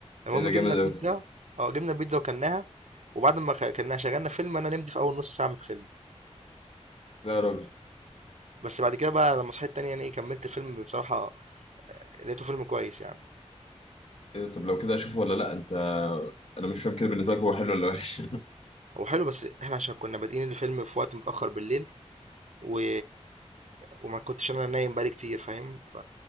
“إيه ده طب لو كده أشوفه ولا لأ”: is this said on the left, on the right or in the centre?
Left